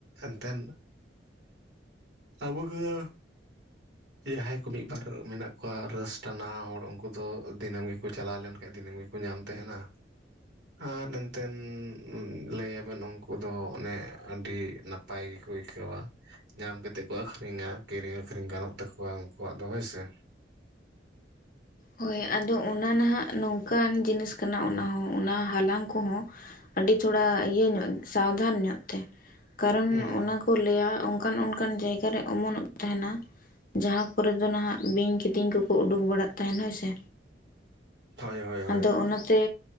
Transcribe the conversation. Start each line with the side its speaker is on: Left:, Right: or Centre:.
Right: ᱮᱱᱛᱮᱱ ᱟᱵᱚ ᱱᱚᱣᱟ ᱡᱟᱦᱟᱸᱭ ᱠᱚ ᱢᱤᱫ ᱵᱟᱨ ᱢᱮᱱᱟᱜ ᱠᱚᱣᱟ ᱨᱟᱹᱥ ᱴᱟᱱᱟᱣ ᱦᱚᱲ ᱩᱱᱠᱩ ᱫᱚ ᱫᱤᱱᱟᱹᱢ ᱜᱮᱠᱚ ᱪᱟᱞᱟᱣ ᱞᱮᱱᱠᱷᱟᱡ ᱫᱤᱱᱟᱹᱢ ᱜᱮ ᱠᱚ ᱧᱟᱢ ᱛᱟᱸᱦᱮᱱᱟ᱾ ᱟᱨ ᱮᱱᱛᱮᱮᱱ ᱞᱟᱹᱭᱟᱵᱮᱱ ᱩᱱᱠᱩ ᱫᱚ ᱚᱱᱮ ᱟᱹᱰᱤ ᱱᱟᱯ ᱯᱟᱭ ᱜᱮᱠᱚ ᱟᱹᱭᱠᱟᱹᱣᱟ᱾ ᱧᱟᱢ ᱠᱟᱛᱮᱜ ᱠᱚ ᱟᱹᱠᱷᱨᱤᱧᱟ, ᱠᱤᱨᱤᱧ ᱟᱹᱠᱷᱨᱤᱧ ᱜᱟᱱᱚᱜ ᱛᱟᱠᱚᱣᱟ ᱩᱝᱠᱩᱣᱟᱜ ᱫᱚ ᱦᱳᱭᱥᱮ᱾
Left: ᱦᱳᱭ ᱟᱫᱚ ᱚᱱᱟ ᱱᱟᱦᱟᱜ ᱱᱚᱝᱠᱟᱱ ᱡᱤᱱᱤᱥ ᱠᱟᱱᱟ ᱚᱱᱟ ᱦᱚᱸ, ᱚᱱᱟ ᱦᱟᱞᱟᱝ ᱠᱚᱦᱚᱸ ᱟᱹᱰᱤ ᱛᱷᱚᱲᱟ ᱤᱭᱟᱹ ᱧᱚᱜ, ᱥᱟᱵᱫᱷᱟᱱ ᱧᱚᱜ ᱛᱮ᱾ ᱠᱟᱨᱚᱱ
Right: ᱦᱩᱸ
Left: ᱚᱱᱟ ᱠᱚ ᱞᱟᱹᱭᱟ ᱚᱝᱠᱟᱱ ᱚᱝᱠᱟᱱ ᱡᱟᱭᱜᱟ ᱠᱚᱨᱮ ᱚᱢᱚᱱᱚᱜ ᱛᱟᱸᱦᱮᱱᱟ, ᱡᱟᱦᱟᱸ ᱠᱚᱨᱮ ᱫᱚ ᱱᱟᱦᱟᱜ ᱵᱤᱧ ᱠᱤᱫᱤᱧ ᱠᱚᱠᱚ ᱩᱰᱩᱠ ᱵᱟᱲᱟᱜ ᱛᱟᱸᱦᱮᱱᱟ ᱥᱮ
Right: ᱦᱳᱭ ᱦᱳᱭ ᱦᱳᱭ᱾
Left: ᱟᱫᱚ ᱚᱱᱟᱛᱮ